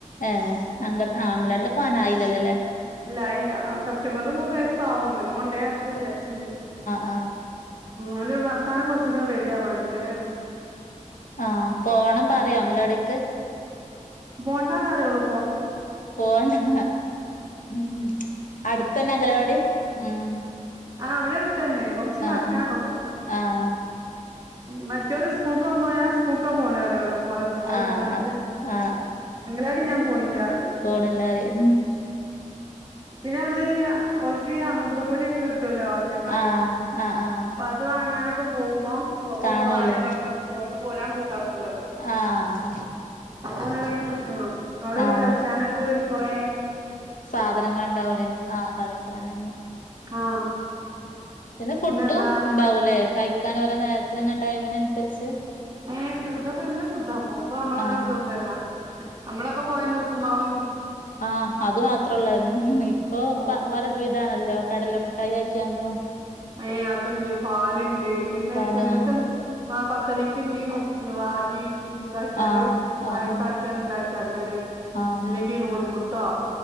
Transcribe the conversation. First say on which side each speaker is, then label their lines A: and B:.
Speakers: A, on the left; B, on the right.
A: ഏ അംഗൽ ആ അംഗലാടിലൊക്കെ പോവാൻ ആയീല്ലല്ലേ
B: ഇല്ല ആയീല്ല ആ സെപ്റ്റംബറില് മൂന്ന് വയസ്സാകും ന്നട്ട് കൊണ്ടേയാക്കാ വിചാരിച്ച്ണ്ട്
A: ആ
B: ഓന് വത്താനം കൊർച്ചൂടീം റെഡിയാവാൻണ്ട്ങ്ങനെ
A: ആഹ് പോവണം പറയോ അംഗലാടീക്ക്
B: പോണ്ടാന്ന്റയെള്ളൂ
A: പോണ്ടാ ഉം അടുത്തന്നെ അംഗലവാടി ഉം
B: ആ ഇവിടെ അടുത്തന്നെ കൊർച്ച് നടക്കാനൊള്ളൂ
A: ആഹ് ആഹ് ആഹ്
B: മറ്റോല് സ്കൂൾക്കോകുമ്പോ ഞാൻ സ്കൂൾക്കാപോണേ റിം ഓലപ്പം ഓല്
A: ആഹ്
B: പോണണ്ട്ട്ട്
A: ആഹ്
B: അംഗലാടി ഞാൻ പോണില്ലാറിം
A: പോണ്ല്ലാറിം
B: പിന്നെ നമ്മളീ ഇ അ ഓൽക് ഈ അമൃതപ്പൊടി ഒക്കെ കി ട്ടൊല്ലോ അംഗൻവാടിന്ന്
A: ആഹ് ആഹ് ആഹ്
B: അപ്പൊ അത് വാങ്ങാനൊ പ്പൊ പോകുമ്പോ ഒപ്പം
A: കാണൂലേ
B: പോന്നാലെക്കെ ഔടെനിക്കു ഔട്ന്ന്പോരാൻ കൂട്ടാ ക്കൂലപ്പൊ
A: ആഹ്
B: ഓനവ്ടങ്ങനെ നിക്കണം ഔടെഈ
A: ആഹ്
B: കൾച്ചാനൊക്കെ കൊറെ
A: സാധനങ്ങൾ ഉണ്ടാവൂലെ ആഹ് കളിസ്സാനങ്ങൾ
B: ആഹ്
A: പിന്നെ ഫുഡും
B: എന്താ
A: ഇണ്ടാവൂല്ലേ
B: മറ്റ്
A: കഴിക്കാൻ ഓരോ നേരത്തിന് ഇങ്ങനെ ടൈമ്നൻസരിച്ച്
B: ഏ ഫുഡൊക്കെ നല്ല ഫുഡാ ഇപ്പോ ഇപ്പൊ നമ്മളാദിരിത്തൊന്നല്ല
A: ആഹ്
B: നമ്മളൊക്കെ പോയന്ന് ഉപ്പ്മാവും
A: ആ അത് മാത്രൊള്ളായിരുന്നു ഇപ്പൊ
B: ഓ
A: പ പല വിധാണല്ലോ കടല മുട്ടായിയാക്കിയാ ണ്ടും
B: ഏ അത്ണ്ട് പാല്ണ്ട് പിന്നെ
A: പാല്
B: ചെന്ന്ട്ട്
A: ആഹ്
B: ആ പത്തണിക്ക്ഞ്ഞ് റാഗി ഇണ്ടാക്ക്യാണ്ട്
A: ആഹ്
B: പായസാക്ക്യാണ്ട്
A: ആഹ്
B: ഇണ്ടാക്കി അങ്ങനെ
A: ആഹ് ആഹ്
B: അല്ലെങ്കി നൂൽപുട്ടോ